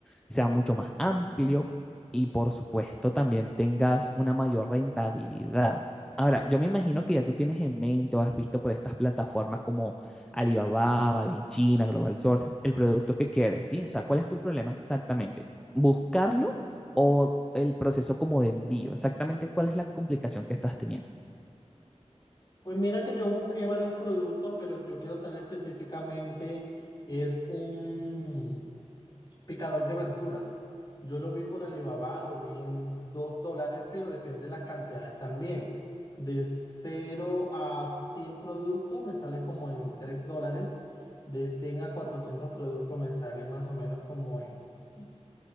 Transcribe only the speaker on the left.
Pues mira que yo busqué varios productos, pero yo quiero traer específicamente es un Picador de verdura. Yo lo vi por Alibaba, lo vi en 2 dólares, pero depende de las cantidades también. De cero a 100 productos me sale como en 3 dólares. De 100 a 400 productos me salen más o menos como en